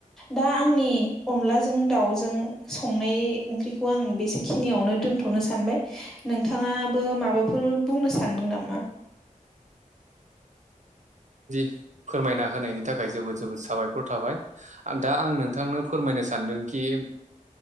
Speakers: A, in the centre; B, on the right.
A: दा आंनि अनलाजों दाउजों संनाय ओंख्रिखौ आं बेसे खिनियावनो दोनथ'नो सानबाय नोंथाङाबो माबाफोर बुंनो सानदों नामा
B: जि फोरमायना होनायनि थाखाय जोबोद जोबोद साबायखर थाबाय दा आं नोंथांनो फोरमायनो सानदोंखि